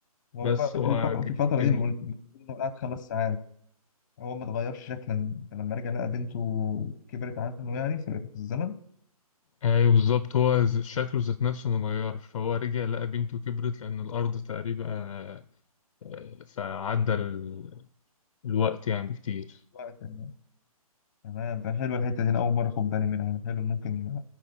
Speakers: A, on the left; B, on the left.
A: هو
B: بس
A: بقى
B: هو
A: في الف-
B: ج-
A: في الفترة
B: جميل
A: دي المفروض إنه قعد خمس ساعات هو ما اتغيرش شكلا فلما رجع لقى بنته كبرت عنه يعني سبقت في الزمن
B: ايوه بالظبط هو ز- شكله ذات نفسه متغير فهو رجع لقى بنته كبرت لأن الأرض تقريبا آه، فعدى ال- الوقت يعني بكتير
A: وقت إنه- تمام ده حلوة الحتة دي أنا أول مرة أخد بالي منها حلو ممكن